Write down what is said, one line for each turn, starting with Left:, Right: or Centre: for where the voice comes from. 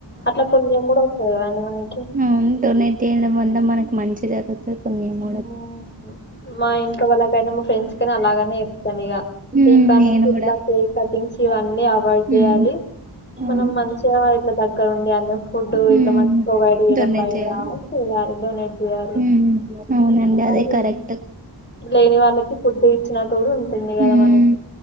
Left: అట్లా పుణ్యం కూడా వస్తుంది కదండి మనకి
Right: అవును డొనేట్ చేయడం వల్ల మనకి మంచి జరుగుతుంది కొన్ని మూడ్
Left: ఉమ్, మా ఇంట్ల వాళ్ళకైన మా ఫ్రెండ్స్ కైనా అలాగనే చెప్తా ఇగా
Right: హ్మ్
Left: ఇక
Right: నేను
Left: నుంచి ఇట్లా
Right: కూడా
Left: కేక్ కటింగ్స్ ఇవన్నీ అవాయిడ్
Right: హ్మ్
Left: చేయాలి
Right: హ్మ్
Left: మనం మంచిగా ఇట్లా దగ్గర ఉండి అన్ని ఫుడ్
Right: హ్మ్
Left: ఇట్లా మంచి ప్రొవైడ్ చేయడం
Right: డొనేట్
Left: బయట
Right: చేయాలి
Left: చేయాలి డొనేట్ చేయాలి
Right: హ్మ్ అవునండి అదే
Left: అది
Right: కరెక్ట్
Left: లేని వాళ్ళకి ఫుడ్ ఇచ్చినటు కూడా ఉంటుంది
Right: హ్మ్
Left: కదా మనకి